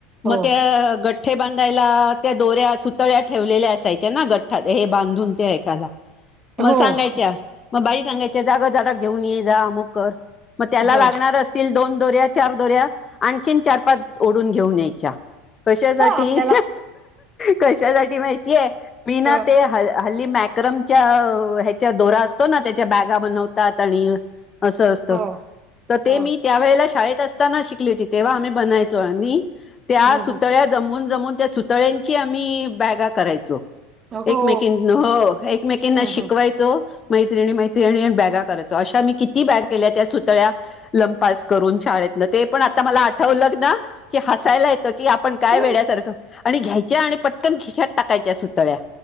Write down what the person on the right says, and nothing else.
हो
हो
हो
ह
आपल्याला
हो
हो
हो
हम्म
हम्म हो
हम्म
हम्म